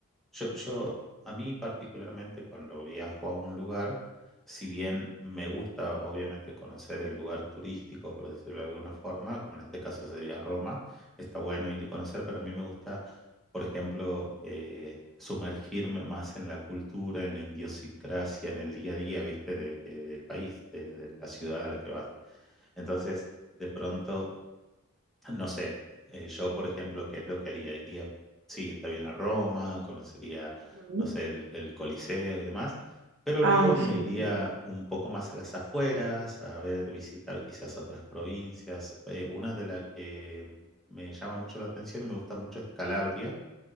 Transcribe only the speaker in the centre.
Yo, yo, a mí particularmente cuando viajo a un lugar, si bien me gusta obviamente conocer el lugar turístico, por decirlo de alguna forma, como en este caso sería Roma, está bueno ir y conocer, pero a mí me gusta, por ejemplo, eh, sumergirme más en la cultura, en la idiosincrasia, en el día a día, ¿viste? de- de- del país, de, de la ciudad a la que vas. Entonces, de pronto no sé, eh, yo por ejemplo, ¿qué es lo que haría? Iría, sí, está bien a Roma, conocería,
no sé, el, el Coliseo y demás, pero
luego me
iría
un poco más a las afueras, a ver, visitar quizás otras provincias. Eh, una de las que me llama mucho la atención y me gusta mucho es Calabria.